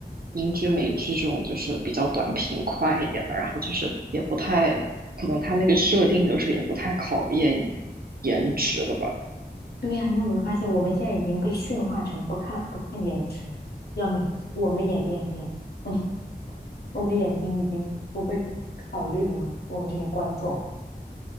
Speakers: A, on the right (about 60°); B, on the left (about 70°).
A: 英剧、美剧这种就是比较短平快一点的，然后就是也不太可能他那个设定就是也不太考验颜值的吧。
B: 对呀、你有没有发现，我们现在已经被驯化成不看不看颜值，要命！我们的眼睛也是眼，<laughs> 我们的眼睛已经不被考虑了吗？我们这些观众。